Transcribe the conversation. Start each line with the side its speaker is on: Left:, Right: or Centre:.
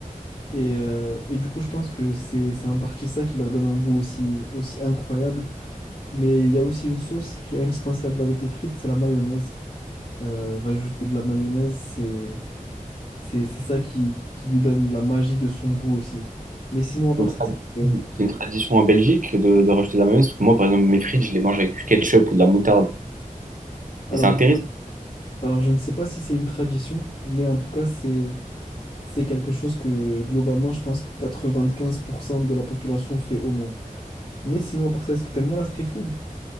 Left: Et, euh, et du coup, je pense que c'est c'est en partie ça qui leur donne un goût aussi, aussi incroyable. Mais il y a aussi une sauce qui est indispensable avec les frites, c'est la mayonnaise. Euh, rajouter de la mayonnaise, c'est c'est c'est ça qui, qui lui donne la magie de son goût aussi. Mais sinon, à part
Right: C'est une
Left: ça,
Right: tradition
Left: c'est que-
Right: c'est une tradition en Belgique de, de rajouter de la mayonnaise, parce que moi, par exemple, mes frites, je les mange avec du ketchup ou de la moutarde.
Left: alors
Right: Et c'est intéressant.
Left: Alors, je ne sais pas si c'est une tradition, mais en tout cas, c'est c'est quelque chose que globalement, je pense que 95% de la population fait au moins. Mais sinon, à part ça, est-ce que t'aimes bien la street food?